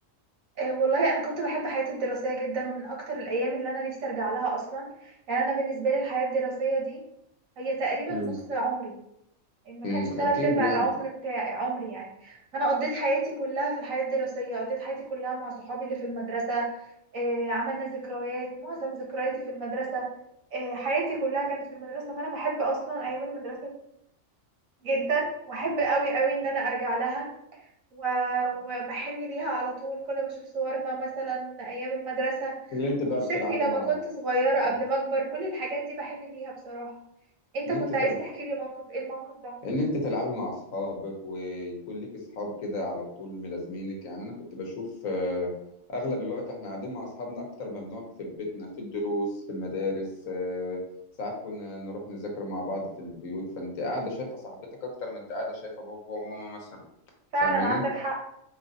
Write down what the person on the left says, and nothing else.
مم.
امم
اكيد
يعني
اللي انت بقى
بتلعبي
مع
اللي
انت
تل...
ان انت تلعبي مع اصحابك ويكون لك اصحاب كده على طول ملازمينك يعني انا كنت بشوف آه، اغلب الوقت احنا قاعدين مع اصحابنا اكتر ما بنقعد في بيتنا في الدروس في المدارس آه، ساعات كنا نروح نذاكر مع بعض في البيوت فانت قاعده شايفه صاحبتك اكتر ما انت قاعده شايفه بابا وماما مثلا
فاهماني